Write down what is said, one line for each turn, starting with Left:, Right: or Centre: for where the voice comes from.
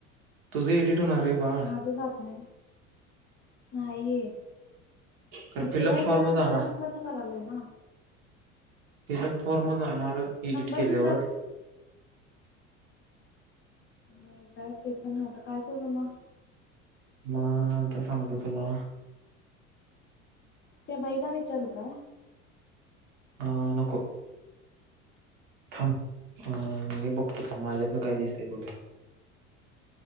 Right: तुझ एडिट होणार. रे बाळ
Left: माझं जात नाही. नाही
Right: कारण
Left: दुसऱ्या
Right: फिलअप फॉर्म
Left: ई-मेलन दुसऱ्या
Right: जाणार
Left: नंबर न करालोय ना.
Right: फिलअप फॉर्म जाणार. तर एडिट
Left: नंबर
Right: केल्यावर
Left: दुसरा
Right: ए
Left: व्हय काय ते पण आता काय करू मग.
Right: अ मग सांगतो तुला.
Left: त्या बाईना विचारू काय
Right: अ नको थांब अ मी बघतो थांब माझ्यातन काय दिसतय कु